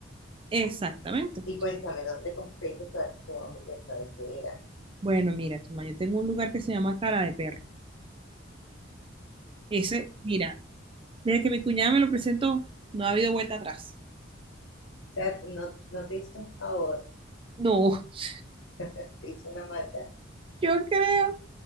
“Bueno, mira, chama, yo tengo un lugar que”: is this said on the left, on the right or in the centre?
Right